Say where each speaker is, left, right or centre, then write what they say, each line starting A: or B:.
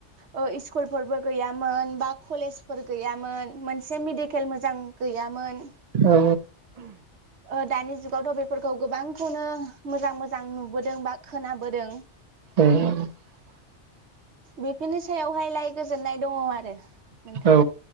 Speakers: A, on the right (about 70°); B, on the right (about 40°).
A: ओ इस्कुल स्कुलफोरबो गैयामोन बा कलेजफोर गैयामोन । मोनसे मेडिकेल मोजां गैयामोन
B: औ
A: ओ दानि जुगावथ' बेफोरखौ गोबांखौनो मोजां मोजां नुबोदों बा खोनाबोदों ।
B: <inaudible>
A: बेफोरनि सायावहाय लाय गोजोननाय दङ आरो नोंथां
B: औ